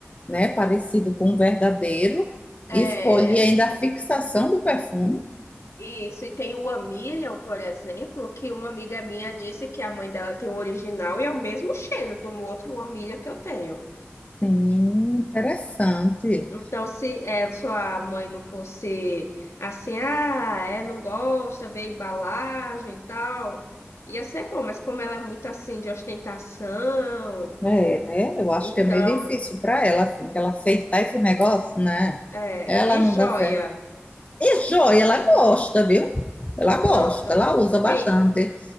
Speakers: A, on the left (about 30°); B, on the left (about 80°).
A: né? Parecido com o verdadeiro.
B: É.
A: E escolhia ainda a fixação do perfume.
B: isso, e tem o Amilion, por exemplo, que uma amiga minha disse que a mãe dela tem o original e é o mesmo cheiro do outro Amilion que eu tenho.
A: Sim, interessante.
B: Então, se é, sua mãe não fosse assim, ah, é, não gosta, vê a embalagem e tal, ia ser bom, mas como ela é muito assim de ostentação,
A: É, né? Eu acho
B: então,
A: que é meio difícil para ela, assim, ela aceitar esse negócio, né?
B: é,
A: Ela
B: e
A: não
B: joia,
A: dá certo. E joia, ela gosta, viu? Ela gosta,
B: pronto.
A: ela usa bastante.
B: Tem,